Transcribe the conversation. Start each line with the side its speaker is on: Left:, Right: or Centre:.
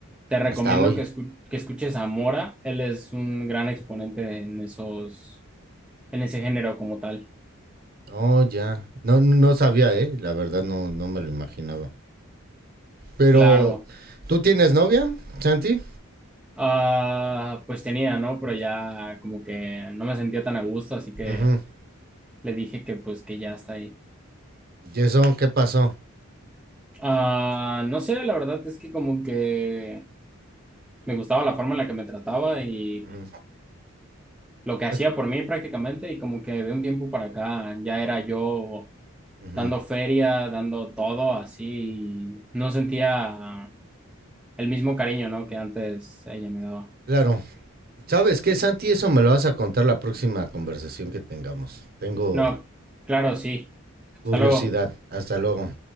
Centre: te recomiendo
Right: Hasta hoy.
Centre: que, escu- que escuches a Mora, él es un gran exponente en esos, en ese género como tal.
Right: Oh, ya. No, no sabía, ¿eh? La verdad no, no me lo imaginaba. Pero,
Centre: Claro,
Right: ¿tú tienes novia, Santi?
Centre: ah, pues tenía, ¿no? Pero ya como que no me sentía tan a gusto, así que
Right: Ujú.
Centre: le dije que pues que ya está ahí.
Right: ¿Y eso qué pasó?
Centre: Ah, no sé, la verdad es que como que me gustaba la forma en la que me trataba y
Right: Ujú.
Centre: lo que hacía
Right: Es-
Centre: por mí prácticamente y como que de un tiempo para acá ya era yo
Right: ujú.
Centre: dando feria, dando todo así y no sentía el mismo cariño, ¿no? que antes ella me daba.
Right: Claro. ¿Sabes qué, Santi? Eso me lo vas a contar la próxima conversación que tengamos. Tengo
Centre: No, claro, sí.
Right: curiosidad.
Centre: Hasta luego.
Right: Hasta luego.